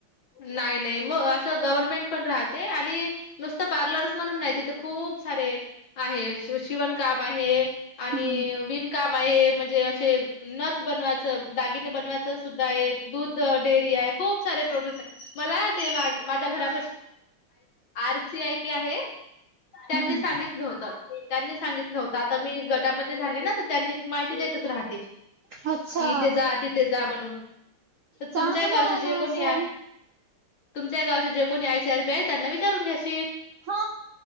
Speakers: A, on the left; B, on the right.
A: नाही नाही मग असं गव्हर्मेंट. पण राहते आणि नुसत पार्लरच म्हणून नाही तिथे खूप सारे. आहे शिवणकाम आहे आणि
B: हम्म.
A: विणकाम आहे. म्हणजे असे नथ बनवायचं दागिने बनवायच सुद्धा एक दूध डेअरी आहे खूप. से प्रोडक्ट मला माझ्यारा. आर सी आय पी आहे. त्यांनी
B: हम्म
A: सांगितलं होत त्यांनी सांगितलं होत आता मी गटामध्ये झाली ना तर त्यांनी माहिती देत. राहते की
B: अच्छा
A: इथे जा तिथे जा म्हणून तर
B: चांगलं
A: तुमच्या गावचे
B: आहे
A: जे
B: ना
A: कोणी
B: असं.
A: आहे तुमच्या गावचे जे कोणी आय सीआर पी आहे त्यांना विचारून घ्यास.
B: हा